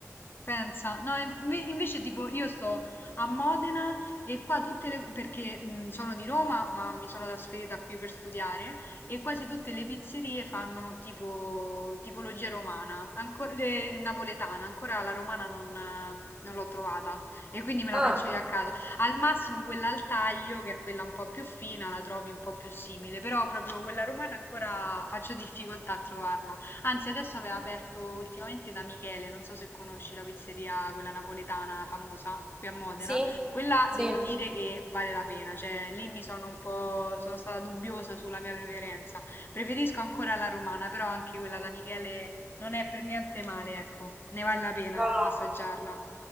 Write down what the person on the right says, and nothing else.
Ah,
sì?
Sì.
No, no.